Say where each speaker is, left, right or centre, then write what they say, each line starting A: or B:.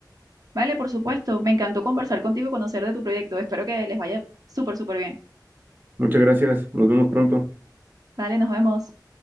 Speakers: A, on the right (about 55°); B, on the right (about 25°).
A: Vale, por supuesto, me encantó conversar contigo y conocer de tu proyecto. Espero que les vaya súper, súper bien.
B: Muchas gracias, nos vemos pronto.
A: Vale, nos vemos.